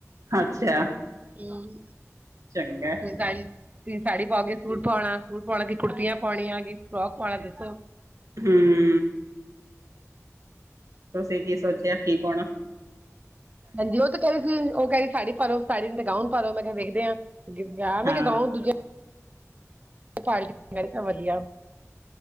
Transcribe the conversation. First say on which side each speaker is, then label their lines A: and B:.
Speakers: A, on the right; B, on the right.
A: ਅੱਛਾ
B: ਹਮ,
A: ਚੰਗਾ।
B: ਤੁਸੀਂ ਸਾੜੀ ਤੁਸੀਂ ਸਾੜੀ ਪਾਓਗੇ ਸੂਟ ਪਾਉਣਾ ਸੂਟ ਪਾਉਣਾ ਕਿ ਕੁੜਤੀਆਂ ਪਾਉਣੀਆਂ ਕਿ ਫਰੋਕ ਪਾਉਣਾ ਦੱਸੋ।
A: ਹੂੰ ਤੁਸੀਂ ਕੀ ਸੋਚੇਆ ਕੀ ਪੌਨਾ।
B: ਹਾਂਜੀ ਓ ਤਾ ਕੈ ਰਈ ਸੀ ਓ ਕੈ ਰਈ ਸਾੜ ਪਾਲੋ ਸਾੜੀ ਤੇ ਗਾਊਨ ਪਾਲੋ ਮੈਂ ਕਿਆ ਵੇਖਦੇ ਆਂ। ਮੈਂ
A: ਹਾਂ-ਹਾਂ
B: ਕਿਆ ਗਾਊਨ ਦੂਜਾ ਪਾਰਟੀ ਵੀਅਰ ਤਾਂ ਵਦੀਆ